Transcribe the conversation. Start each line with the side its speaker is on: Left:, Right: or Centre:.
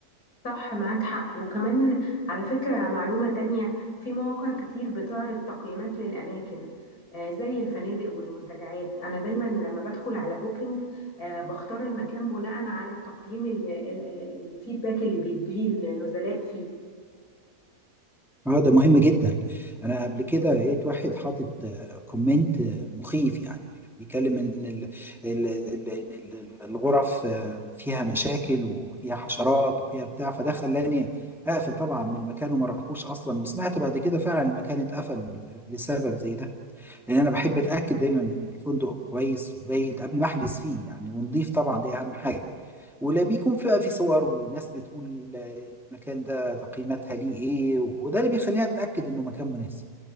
Left: صح معاك حق وكمان على فكرة معلومة تانية في مواقع كتير بتعرض تقييمات للأماكن آه، زي الفنادق والمنتجعات أنا دايما لما بدخل على بوكينج آه، بختار المكان بناء على التقييم ال- ال- الفيدباك اللي بيديه النزلاء فيه
Centre: اه ده مهم جدا انا قبل كده لقيت واحد حاطط آه، كومنت آه، مخيف يعني بيتكلم ان ال- ال- ال- إن ال- الغرف آه، فيها مشاكل وفيها حشرات وفيها بتاع فده خلاني اقفل طبعا من المكان وما راحوش اصلا وسمعت بعد كده فعلا المكان اتقفل لسبب زي ده لان انا بحب اتاكد دايما من الفندق كويس وجيد قبل ما احجز فيه يعني ونضيف طبعا دي اهم حاجه ولا بيكون فيها في صور وناس بتقول المكان ده تقييماتها ليه ايه وده اللي بيخليني اتاكد انه مكان مناسب